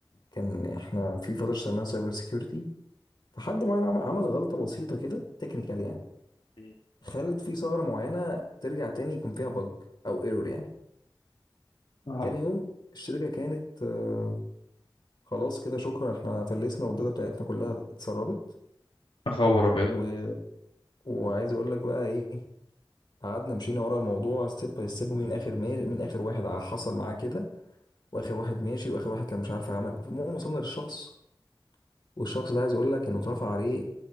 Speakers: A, on the left; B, on the left.
A: كان احنا في فتره اشتغلناها سايبر سيكيورتي فحد معين عم- عمل غلطة بسيطة كده تكنيكال يعني
B: مم.
A: خلت في ثغرة معينة ترجع تاني يكون فيها بج أو ايرور يعني
B: اه
A: تاني يوم الشركة كانت آه، خلاص كده شكرا احنا فلسنا والداتا بتاعتنا كلها اتسربت
B: يا خبر ابيض
A: و... وعايز اقول لك بقى ايه قعدنا مشينا ورا الموضوع ستيب باي ستيب من اخر ما... من اخر واحد ع- حصل معاه كده واخر واحد ماشي واخر واحد كان مش عارف عمل المهم وصلنا للشخص والشخص ده عايز اقول لك انه اترفع عليه